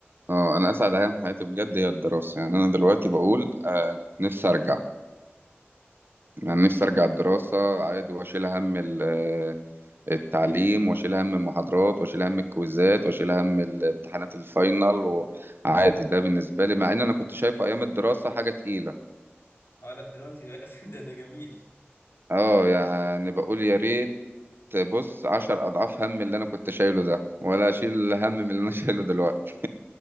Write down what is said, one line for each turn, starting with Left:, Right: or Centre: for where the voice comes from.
Right: اه انا اسعد ايام حياتي بجد هي الدراسه يعني انا دلوقتي بقول آه نفسي ارجع يعني نفسي ارجع الدراسه عادي واشيل هم ال- آه، التعليم واشيل هم المحاضرات واشيل هم الكويزات واشيل هم الامتحانات الفاينل وعادي ده بالنسبه لي مع ان انا كنت شايفه ايام الدراسه حاجه تقيله
Left: اه لا دلوقتي بقى <laughs> ده ده جميل
Right: اه يعني بقول يا ريت بص عشر أضعاف هم اللي أنا كنت شايله ده ولا أشيل هم من اللي أنا <laughs> شايله دلوقتي